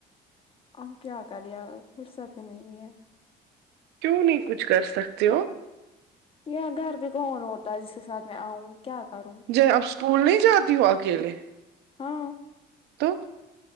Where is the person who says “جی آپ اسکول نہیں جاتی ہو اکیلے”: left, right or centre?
Right